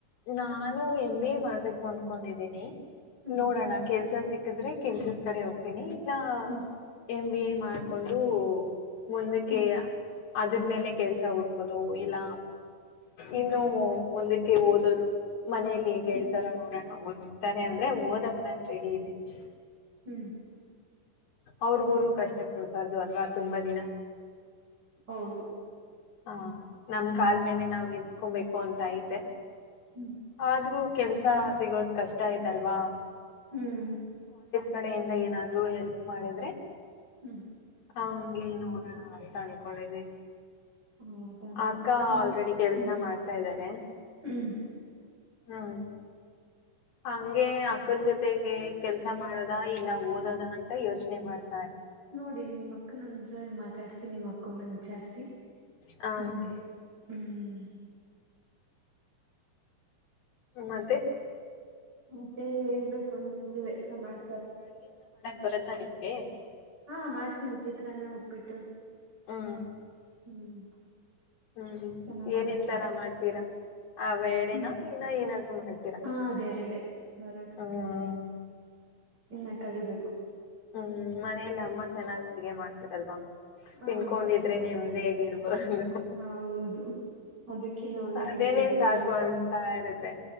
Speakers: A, on the left (about 60°); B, on the right (about 20°).
A: ನಾನು ಎಮ್ ಬಿ ಎ ಮಾಡ್ಬೇಕು ಅನ್ಕೊಂಡಿದ್ದೀನಿ
B: ಹ್ಮ್
A: ನೋಡೋಣ ಕೆಲ್ಸ ಸಿಗು ಕೆಲ್ಸದ ಕಡೆ ಹೋಗ್ತೀನಿ ಇಲ್ಲ
B: ಹ್ಮ್
A: ಎಮ್ ಬಿ ಎ ಮಾಡ್ಕೊಂಡು ಮುಂದಕ್ಕೆ
B: ಹ್ಮ್
A: ಅದ್ರ ಮೇಲೆ ಕೆಲ್ಸ ಹುಡ್ಕೊಡು ಇಲ್ಲ
B: ಹ್ಮ್
A: ಇನ್ನು ಮುಂದಕ್ಕೆ ಓದೋದು ಮನೇೆಯಲ್ಲಿ ಹೇಗ್
B: ಹ್ಮ್
A: ಹೇಳ್ತಾರ ನೋಡೋಣಓದ ಸಾನ ಅಂದ್ರೆ ಓದಕ್ ನಾನ್ ರೆಡಿ ಇದೆ <unintelligible>
B: ಹ್ಮ್
A: ಅವ್ರಗೂನು ಕಷ್ಟ ಕೊಡ್ಬಾರ್ದು ಅಲ್ವಾ ತುಂಬಾ ದಿನ
B: ಹೌದು
A: ಹ ನಮ್
B: ಹ್ಮ್
A: ಕಾಲ್ ಮೇಲೆ ನಾವ್ ನಿಂಕೊಬೇಕು ಅಂತ ಐತೆ
B: ಹ್ಮ್
A: ಆದ್ರೂ ಕೆಲ್ಸ ಸಿಗೋದ್ ಕಷ್ಟ ಆಯ್ತಲ್ವಾ
B: ಹ್ಮ್
A: ಕಡೆಯಿಂದ ಏನಾದ್ರೂ ಹೆಲ್ಪ್ ಮಾಡಿದ್ರೆ
B: ಹ್ಮ್
A: ಹ ಹಂಗೆ ನೋಡೋಣ ಅಂತ ಅನ್ಕೊಂಡಿದೀನಿ
B: ಹೌದಾ
A: ಅಕ್ಕ
B: ಸರಿ
A: ಆಲ್ರೆಡಿ ಕೆಲ್ಸ
B: ಹ್ಮ್
A: ಮಾಡ್ತಾ ಇದ್ದಾರೆ
B: ಹ್ಮ್
A: ಹ್ಮ ಹಂಗೆ ಅಕ್ಕನ್ ಜೊತೆಗೆ ಕೆಲಸ ಮಾಡದ ಇಲ್ಲ ಓದೋದ ಅಂತ ಯೋಚನೆ ಮಾಡ್ತ
B: ನೋಡಿ ನಿಮ್ಮ ಅಕ್ಕ ಒನ್ಸ್ ಮಾತಾಡ್ಸಿ ನಿಮ್ಮ ಅಕ್ಕ ವಿಚಾರಸಿ
A: ಹ
B: ನೋಡಿ ಹ್ಮ್
A: ಮತ್ತೆ
B: ಮತ್ತೆ ಹೇಳ್ಬೇಕು ನೀವೆ ಸಮಾಚಾರ
A: ಬರುತ್ತಾ ನಿಮ್ಗೆ
B: ಹಾ ಮಾಡ್ತೀನಿ ಚಿತ್ರಾನ್ನ, ಉಪ್ಪಿಟ್ಟು
A: ಹ್ಮ್
B: ಹ್ಮ್
A: ಹ್ಮ್
B: ಚೆನ್ನಾಗ್
A: ಏನೇನ್
B: ಮಾಡ್ತೀನಿ
A: ತರ ಮಾಡ್ತೀರಾ ಆವೆರಡೆನ
B: ಹ್ಮ್
A: ಇನ್ನ ಏನಾದ್ರೂ ಮಾಡ್ತೀರಾ?
B: ಹಾ ಅದೆರಡೆ ಬರೋದು
A: ಹ್ಮ್
B: ಇನ್ನ ಕಲಿಬೇಕು.
A: ಹ್ಮ್ ಮನೆಯಲ್ಲಿ ಅಮ್ಮ ಚೆನ್ನಾಗ್ ಅಡುಗೆ ಮಾಡ್ತಾರಲ್ವಾ‌.
B: ಹ
A: ತಿನ್ಕೊಂಡಿದ್ರೆ
B: ಅವ್ರು ಚೆನ್ನಾಗ್
A: ನೆಮ್ಮದಿಯಾಗಿ
B: ಮಾಡ್ತಾರೆ
A: ಇರಬಹುದು.
B: ಹೌದು ಅದಕ್ಕಿನ್ನ ಒಳ್ಳೆ
A: ಅದೇನೆ
B: ಕೆಲ್ಸ ಬೇರೆ
A: ಸಾಕು ಅನಿಸ್ತಾ ಇರುತ್ತೆ